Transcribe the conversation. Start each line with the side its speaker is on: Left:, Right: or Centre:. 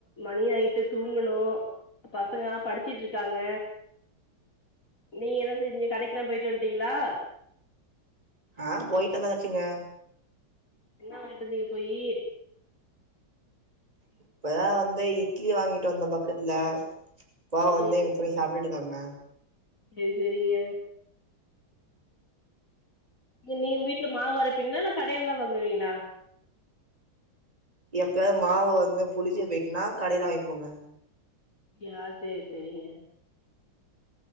Left: மணி ஆய்ட்டு தூங்கணு பசங்க படிச்சிட்ருக்காங்க நீ என்ன செஞ்சிங் கடைக்லா போய்ட்டு வந்ட்டீங்களா
Right: ஆ போய்ட்டு வந்ததாச்சுங்க
Left: என்ன வாய்ண்ட்டு வந்தீய போயி
Right: இப்பதா வந்து இட்லி வாங்கிட்டு வந்தே பக்கத்துல இப்பதா
Left: சரி
Right: வந்தே ப்டி சாப்டுட்டுக்காங்க
Left: செரி செரிங்க இங் நீ வீட்ல மாவரப்பீங்ளா இல்ல கடைல்தா வாங்குவீங்ளா
Right: எப்பயாது மாவு வந்து புளிச்சு பேட்னா கடைல வாங்கிப்போங்க
Left: யா சேரி சரிங்க